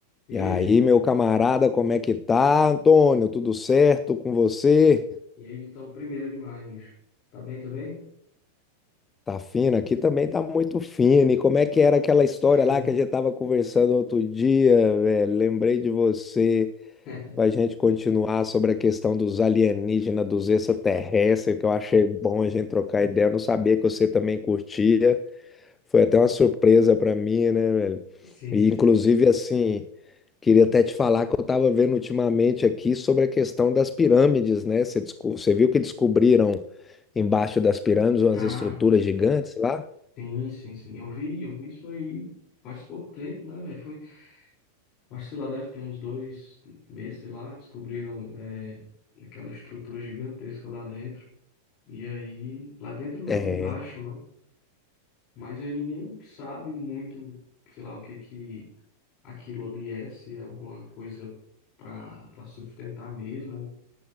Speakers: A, on the left; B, on the left.
A: E
B: E
A: aí,
B: aí,
A: Vi-
B: meu camarada, como é que tá, Antônio? Tudo certo com você?
A: e aí, Vitão, primeiro demais, bicho. Tá bem, tá bem?
B: Tá fino aqui também, tá muito fino. E como é que era aquela história
A: Show.
B: lá que a gente tava conversando outro dia, velho? Lembrei de você
A: <laughs>
B: pra gente continuar sobre a questão dos alienígenas, dos extraterrestres, que eu achei bom a gente trocar ideia. Eu não sabia que você também curtia. Foi até uma surpresa pra mim, né, velho?
A: Sim,
B: E
A: sim.
B: inclusive assim. Queria até te falar que eu estava vendo ultimamente aqui sobre a questão das pirâmides, né? Você, desco- você viu que descobriram embaixo das pirâmides umas
A: Ah,
B: estruturas gigantes lá?
A: sim, sim, sim. Eu vi, eu vi isso aí faz pouco tempo, né, velho? Foi, acho, que, sei lá, deve ter uns dois meses, sei lá, descobriram é, aquela estrutura gigantesca lá dentro. E aí, lá dentro não,
B: É,
A: embaixo, né? Mas aí ninguém sabe muito, sei lá, o que que aquilo ali é, se é alguma coisa para para sustentar mesmo